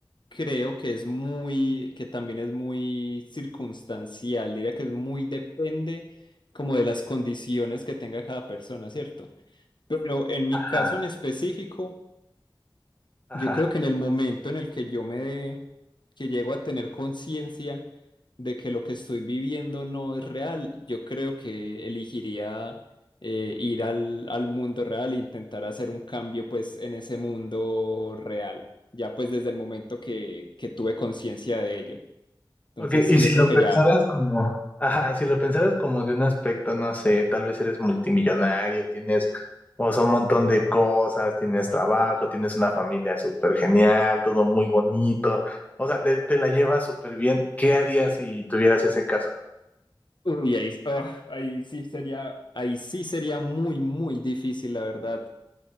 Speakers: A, on the left; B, on the left.
A: Creo que es muy, que también es muy circunstancial, diría que es muy depende como de las condiciones que tenga cada persona, ¿cierto? Pero en mi
B: Ajá.
A: caso en específico,
B: Ajá.
A: yo creo que en el momento en el que yo me dé, que llego a tener conciencia de que lo que estoy viviendo no es real, yo creo que elegiría eh, ir al, al mundo real e intentar hacer un cambio pues en ese mundo real, ya pues desde el momento que, que tuve conciencia de ello. Entonces
B: Ok,
A: sí,
B: y
A: yo
B: si
A: creo
B: lo
A: que
B: pensaras
A: ya,
B: como, ajá, si lo pensaras como de un aspecto, no sé, tal vez eres multimillonario, tienes, o sea, un montón de cosas, tienes trabajo, tienes una familia súper genial, todo muy bonito, o sea, te, te la llevas súper bien. ¿Qué harías si tuvieras ese caso?
A: uy, ahí, oh, ahí sí sería, ahí sí sería muy, muy difícil, la verdad.